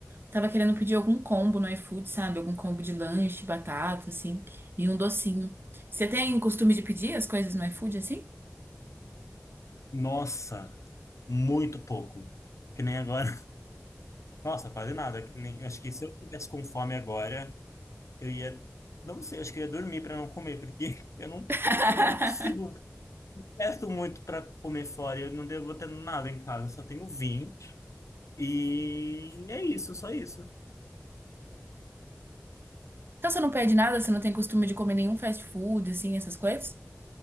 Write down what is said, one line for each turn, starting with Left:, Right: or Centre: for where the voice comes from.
Right: Tava querendo pedir algum combo no iFood, sabe? Algum combo de lanche, batata, assim, e um docinho. Você tem costume de pedir as coisas no iFood, assim?
Left: Nossa, muito pouco. Que nem agora. <laughs> Nossa, quase nada. Que nem... Acho que se eu tivesse com fome agora eu ia, não sei, acho que eu ia dormir para não comer, porque <laughs> eu não,
Right: <laughs>
Left: sei lá, eu não consigo, peço muito para comer fora, eu não devo ter nada em casa, eu só tenho vinho e é isso, só isso.
Right: Então você não pede nada, você não tem costume de comer nenhum fast food, assim, essas coisas?